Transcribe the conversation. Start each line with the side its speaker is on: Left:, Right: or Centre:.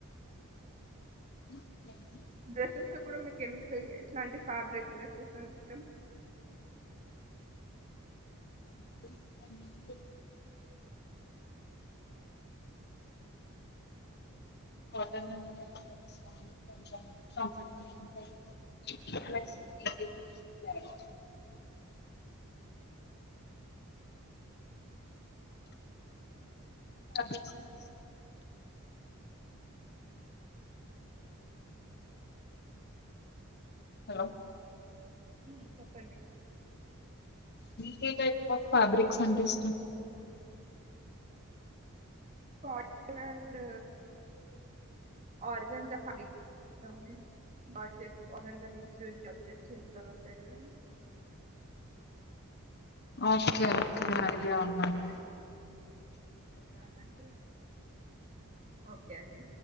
Left: <unintelligible>
Right: డ్రెస్సెస్ లో కూడా మీకు ఏట్ల ఉంటుందో ఎట్లాంటి ఫ్యాబ్రిక్ డ్రెస్సెస్ అంటే ఇష్టం
Left: <unintelligible> కమింగ్ టూ కాటన్ అంటే మాక్సిమం కొంచం కంఫర్టబుల్గా ఉంటది ప్లస్ ఈజీ గా క్యారీ తగ్గొచ్చు అనిపిస్ హలో
Right: హ్మ్ చెప్పండి
Left: మీకే టైప్ఫ్ ఫ్యాబ్రిక్స్ అంటే ఇష్టం
Right: కాటన్ అండ్ ఆర్గంజా ఫాబక్ ఇస్తాండి బడ్జెట్ ఆర్గానికా మిక్స్ వి బడ్జెట్ చిలికాలు ఉంటాయి కదండి.
Left: ఒకే ఓకే అడి అమండి
Right: అలాంటే ఓకే అండి